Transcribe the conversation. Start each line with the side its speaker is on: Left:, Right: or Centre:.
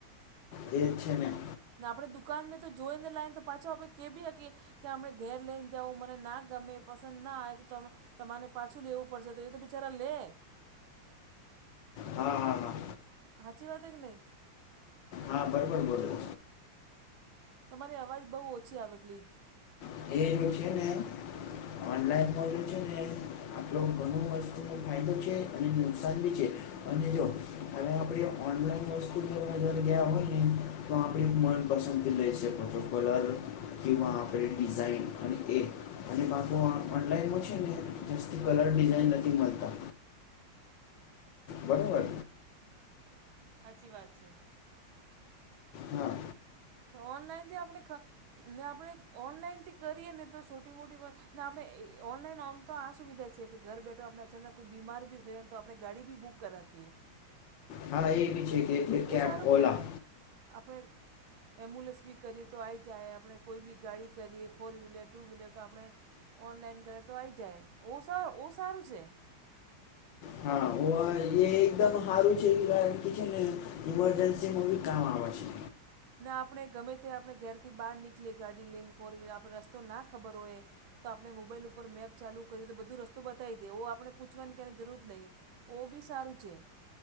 Left: એ છે ને
Right: ને આપણે દુકાનને તો જોઈ ને લાઈને તો પાછા આપણે કે બી હકીએ કે આપણે ઘેર લઈને જવ મને ના ગમે પસંદ ના આવે તો તમે તમારે પાછું લેવું પડશે તો એ તો બિચારા લે
Left: હા હા હા
Right: હાચી વાત હે કે નય
Left: હા બરોબર બોલો
Right: તમારી અવાજ બહુ ઓછી આવે પ્લીઝ
Left: <unintelligible> ઓનલાઈનમાં જો છે ને આપો ઘણ વસ્તુ ફાયદો છે અને નુકસાન બી છે અને
Right: હા
Left: જો હવે આપણે ઓનલાઈન વસ્તુ ગયા હોય ને તો આપણી મનપસંદી લેશે કલર જે આપણે ડિઝઇન એ પા ઓનલાઈન
Right: દિવાળ
Left: કલર ડિઝઇન નથી મળતા. બરાબર.
Right: સાચી વાત છે.
Left: હા
Right: ઓનલાઈન જે આપણે ને આપણે ઓનલાઈનથી કરીએ ને તો છોટી મોટી વાત ને આપણે ઓનલાઈન ઓ તો આ સુવિધા છે ઘર બેઠો આપણે અચાનક કોઈ બીમાર બી થઈયને તો આપણે ગાડી બી કરી રાખીએ.
Left: હા, એવી છે કે? એટલે
Right: ઓ
Left: કેબ
Right: સારું
Left: ઓલા
Right: કેહેવાય આપણે. એમ્બ્યુલન્સ બી કરીએ તો આવીઈ જાય આપણે કોઈ બી ગાડી કરીએ ફોર વ્હીલર ટુ વ્હીલર તો આપણે ઓનલાઈન કરે તો આવી જાય ઓ સારું ઓ સારું છે.
Left: હા. એ એકદમ સારું છે કારણ કે છે ને ઇમરજન્સીમાં બી કામ આવે છે.
Right: નાને આપણે ગમે તે આપણે ઘેરથી બહાર નીકળએ ગાડી લઈને ફોર વ્હીલર આપણે રસ્તો ના ખબર હોય. તો આપણે મોબાઈલ ઉપર મેપ ચાલુ કરીએ તો બધું રસ્તો બતાવી દે આપણે પૂછવાની કની જરૂર જ નહીં. ઓ બી સારું છે